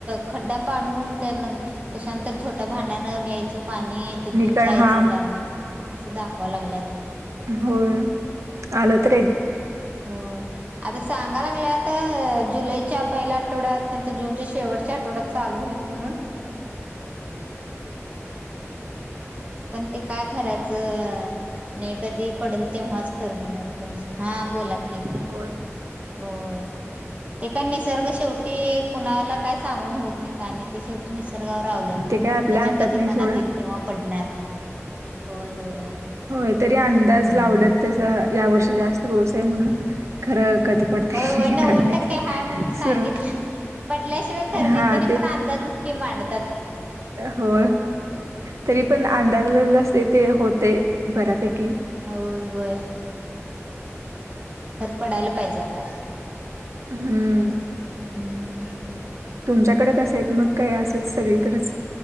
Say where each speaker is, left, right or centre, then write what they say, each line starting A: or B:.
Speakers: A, on the right (about 30°); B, on the right (about 75°).
A: खड्डा पाडून त्यात कशानं तरी छोट्या भांड्यान घ्यायचं पाणी ते घेऊन
B: काळ
A: जायचं
B: हा
A: लांब असं दाखवालागल्यात.
B: होय. आलं तर एक
A: होय. आता सगाय लागल्यात जुलैच्या पहिल्या आठवड्यात नाही तर जूनच्या शेवटच्या आठवड्यात चालू होईल म्हणून. पण ते काय खरायचं नाही कधी पडेल तेव्हाच खरं म्हणायला पाहिजे. हा बोला की
B: एक
A: होय ते काय निसर्ग शेवटी कुणाला काय सांगून होत नाही काय नाही ते शेवटी निसर्गावर अवलंबून
B: ते काय
A: त्याच्या
B: आपल्या हातात
A: कधी
B: नाही
A: मनातील
B: सोडा
A: तेव्हा पडणार. होय होय.
B: होय तरी अंदाज
A: हम्म
B: लावलात तस या वर्षी जास्त पावसाय म्हणून खरं. कधी पडते
A: हो होय नव्वद
B: काय माहिती
A: टक्के हय म्हणून सांगितलं
B: सुरू
A: पटल्याशिवाय खरं नाही
B: हा
A: त्यां पण अंदाज स्की मांडत
B: हो तरी पण अंदाज लाला असते ते होते बऱ्यापेकी
A: होय होय. पडायला पाहिजे आता
B: हम्म
A: ह.
B: तुमच्याकडें कसय आहेत मग काय असंच सगळीकडेच.